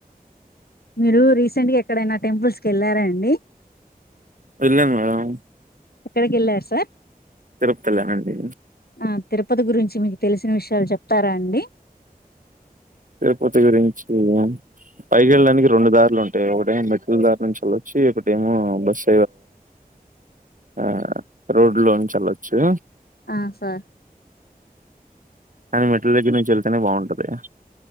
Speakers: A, on the left; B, on the right.
A: మీరు రీసెంట్ గా ఎక్కడైనా టెంపుల్స్ కి వెళ్ళారా అండి
B: వెళ్ళాం మేడం
A: ఎక్కడికి వెళ్ళారు సార్
B: తిరుపతి వెళ్ళానండి
A: ఆ తిరుపతి గురించి మీకు తెలిసిన విషయం చెప్తారా అండి
B: తిరుపతి గురించి పైకిెళ్ళడానికి రెండు దారులు ఉంటాయి ఒకటేమో మెట్రల్ దారి ను వెల్లొచ్చు ఒకటేమో బస్ ఆ రోడ్ లో నుంచేల్లొచ్చు
A: ఆ సార్
B: కానీ మెట్ల దగ్గర నుంచి వెళ్తేనే బాగుంటది